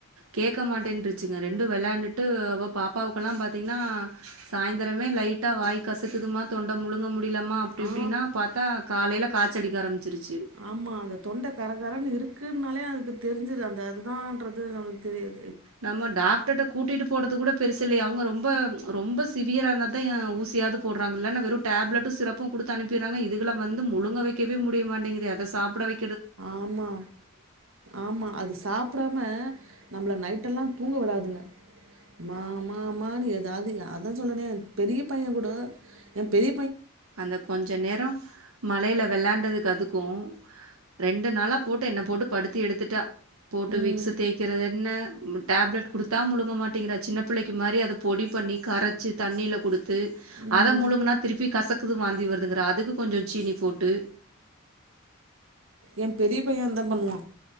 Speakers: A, on the right; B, on the right.
A: கேட்க மாட்டேன்ருச்சுங்க ரெண்டு வெள்ளாண்டுட்டு அவோ பாப்பாவுக்கெல்லா பாத்தீங்ன்னா சாயந்தரமே லைட்டா வாய் கசக்குதுமா தொண்ட முழுங்க மு டியலமா அப்டி
B: ஆ
A: இப்டின்னா பாத்தா காலேயில காச்சடிக்க ஆரம்பிச்சிருச்சு
B: ஆமா அந்த தொண்டை கரகரன்னு இருக்குனாலே அதுக்கு தெரிஞ்சுது அந்த அதுதான்றது நமக்கு தெரியு
A: நம்ம டாக்டர்ட கூட்டிட்டு போறது கூட பெருசு இல்லைய அவுங்க ரொம்ப ரொம்ப சிவியராயிருந்தா தா எ ஊசியாவது போடறாங்கள இன்னா வெறும் டேப்லட்டு சிறப்பு குடுத்து அனுப்பிறாங்க இதுளை வந்து முழுங்க வைக்கவே முடியமாட்டேங்குது அத சாப்பிட வை
B: ஆமா ஆமா அது சாப்டாம நம்மள நைட்டெல்லா தூங்க விடாதுங்க மா மா மான்னு ஏதாது அதா சொல்றனே பெரிய பையன் கூட எ பெரி
A: அந்த கொஞ்சோ நேரோ மழையில வெள்ளான்டதுக் டதுக்கு ரெண்டு நாளா போட்டு என்ன போட்டு படுத்தி எடுத்துட்டா போட்டு
B: ம்
A: விக்ஸு தேக்கறதேன்ன டேப்லெட் கொடுத்தா முழுங்க மாட்டேங்கர சின்ன புள்ளைக்கு மாரி அத பொடி பண்ணி கரைச்சு தண்ணியில குடுத் து
B: ம்
A: அத முழுங்கனா திருப்பி கசக் குது வாந்தி வருதுங்கர அதுக்கு கொஞ்சோ சீனி போ ட்டு
B: எ பெரிய பைய அந்தா பண்ணுவா